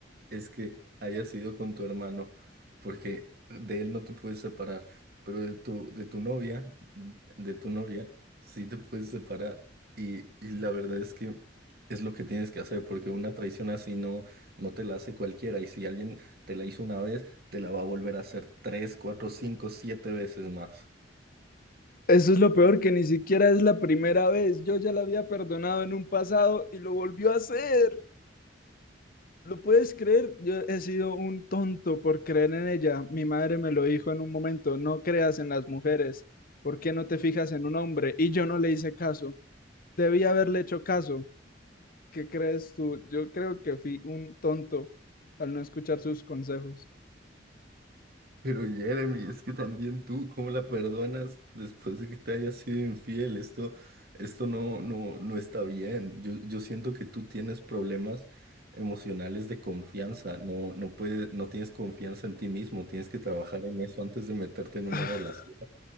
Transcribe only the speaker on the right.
es que haya sido con tu hermano, porque de él no te puedes separar, pero de tu, de tu novia, de tu novia, sí te puedes separar. Y, y la verdad es que es lo que tienes que hacer, porque una traición así no, no te la hace cualquiera. Y si alguien te la hizo una vez, te la va a volver a hacer tres, cuatro, cinco, siete veces más.
Pero Jeremy, es que también tú, ¿cómo la perdonas después de que te haya sido infiel? Esto, esto no, no, no está bien. Yo, yo siento que tú tienes problemas emocionales de confianza. No, no puedes, no tienes confianza en ti mismo. Tienes que trabajar en eso antes de meterte en una
relación.